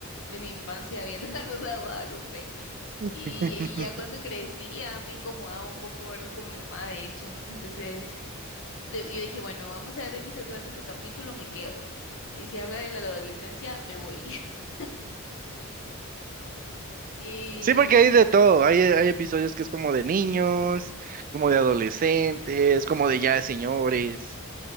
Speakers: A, on the left; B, on the right.
A: de mi infancia viendo <laughs> La Rosa de Guadalupe
B: <laughs>
A: y, y ya cuando crecí ya me incomodaba un poco verlo con mi mamá, de hecho, entonces de- yo dije, bueno, vamos a ver de qué se trata este capítulo, me quedo y si habla de la adolescencia, me voy. <laughs> Y
B: Sí, porque hay de todo. Hay, hay episodios que es como de niños, como de adolescentes, como de ya de señores.